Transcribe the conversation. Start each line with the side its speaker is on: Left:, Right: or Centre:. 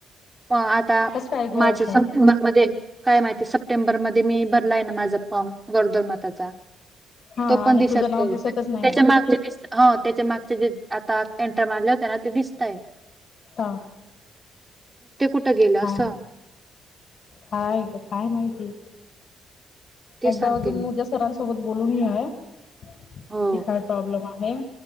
Right: म आता
Left: कसं काय ग
Right: माझ्या
Left: असं
Right: सप्टेंबर मध्ये, काय माहिती? सप्टेंबरमध्ये मी भरलाय ना माझा फॉर्म गरोदर माता त्याचा.
Left: हा
Right: तो पण
Left: आणि
Right: दिसत
Left: तुझं नाव
Right: नाही.
Left: दिसतच नाहीये
Right: त्याच्या माग हो, त्याच्या मागचे जे आता एंटर मारले होत ना ते दिसतय.
Left: ह,
Right: कुठं गेलं
Left: खाय
Right: असं
Left: खाय खाय माहिती
Right: ते
Left: एकदा
Right: सांगते
Left: वाजून
Right: मी
Left: उद्या सरां सोबत बोलून घे <unintelligible>
Right: हो
Left: की काय प्रॉब्लेम आहे हे